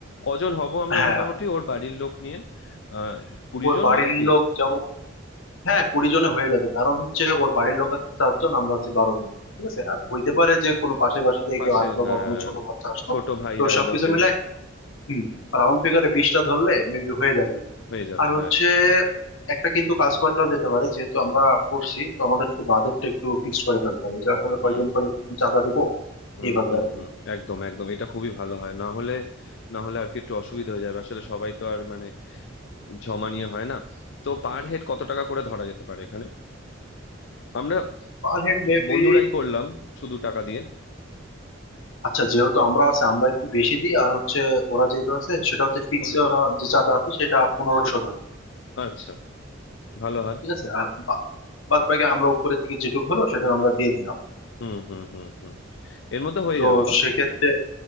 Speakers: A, on the left; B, on the left.
A: কজন হব আমরা
B: হ্যাঁ
A: মোটামুটি ওর বাড়ির লোক নিয়ে আহ কুড়ি
B: ওর
A: জন
B: বাড়ির
A: হবে কি
B: লোক যেমন হ্যাঁ কুড়ি জনে হয়ে যাবে কারণ হচ্ছে ওর বাড়ির লোক আছে চারজন আমরা আছি বারো জন ঠিক আছে আর হইতে
A: হুম,
B: পারে যে কোনো পাশের বাসা থেকে
A: পাশে
B: কেউ আসলো
A: হ্যাঁ
B: বা কোনো ছোট বাচ্চা আসলো
A: ছোট ভাইরা
B: তো সবকিছু
A: এলো কেউ
B: মিলাই হুম রাউন্ড ফিগারে বিশটা ধরলে মেবি হয়ে যাবে
A: হয়ে যাবে
B: আর হচ্ছে
A: হ্যাঁ
B: একটা কিন্তু কাজ করা যেতে পারে যেহেতু আমরা করছি তো আমাদের তো বাজেটটা একটু ফিক্স করে ফেলতে হবে যে আসলে কয়জন
A: হুম
B: করে কি চাঁদা দিব
A: হুম
B: এইভাবে
A: হুম
B: আর কি
A: হুম একদম একদম এটা খুবই ভালো হয় না হলে না হলে আর কি একটু অসুবিধা হয়ে যাবে আসলে সবাই তো আর মানে জমা নিয়ে হয় না তো পার হেড কত টাকা করে ধরা যেতে পারে এখানে আমরা
B: পার হেড মেবি
A: বন্ধুরাই করলাম শুধু টাকা দিয়ে
B: আচ্ছা যেহেতু আমরা আছে আমরা একটু বেশি দিই আর হচ্ছে ওরা যেটা আছে সেটা হচ্ছে ফিক্স
A: বলে
B: যে চাঁদা আছে সেটা পনেরোশো
A: সে-
B: ধরি
A: আচ্ছা ভালো হয়
B: ঠিক আছে আর বা- বাদ বাকি আমরা উপরে থেকে যেটুকু হলো সেটা আমরা দিয়ে দিলাম
A: হুম হুম হুম হুম এর মধ্যে হয়ে
B: তো
A: যাবে বল
B: সেক্ষেত্রে